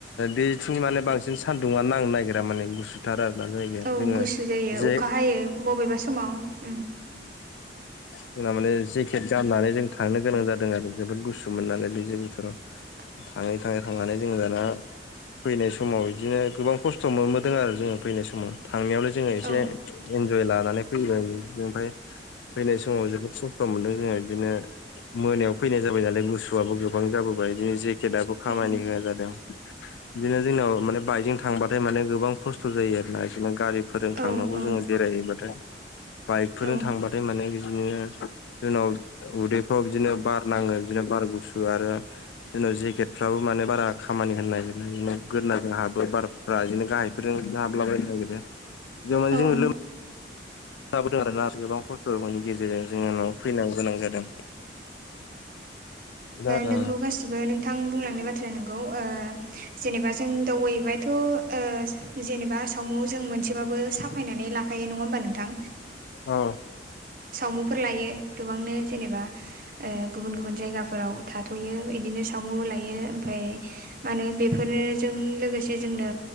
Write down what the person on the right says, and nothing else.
औ
गुसु जायो
अखा हायो बबेबा समाव उम
<inaudible>
औ
उम
औ औ
औ
औ
नोंगौ
गासिबो नोंथां बुंलांनाय बाथ्राया नोंगौ ओ जेनेबा। जों दावबायहैबाथ' ओ जेनेबा सावु जों मोनसेबाबो साफायनानै लाखायो नङा होमबा नोंथां।
सावमुफोर लायो गोबांनो जेनेबा। गुबुन गुबुन जायगाफोराव थाथ'यो इदिनो सामु लायो ओमफ्राय। मानो बेफोरनो जों लोगोसे जोंनो।